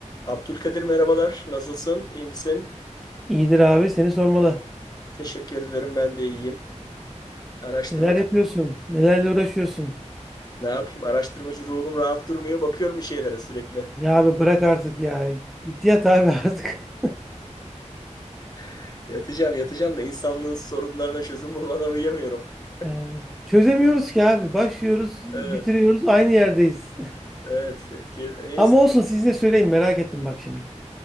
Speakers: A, on the left; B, in the centre.
A: Abdülkadir merhabalar. Nasılsın? İyi misin?
B: İyidir abi seni sormalı.
A: Teşekkür ederim. Ben de iyiyim. Araştırma
B: Neler yapıyorsun? Nelerle uğraşıyorsun?
A: ne yapayım? Araştırmacı ruhum rahat durmuyor. Bakıyorum bir şeylere sürekli.
B: Ya abi bırak artık ya. Git yat abi <laughs> artık.
A: <laughs> Yatacağım, yatacağım da insanlığın sorunlarına çözüm bulmadan uyuyamıyorum. <laughs>
B: Yani çözemiyoruz ki abi. Başlıyoruz, bitiriyoruz,
A: Evet,
B: aynı yerdeyiz.
A: evet. Etki,
B: <laughs>
A: neyse.
B: Ama olsun size söyleyeyim merak ettim bak şimdi.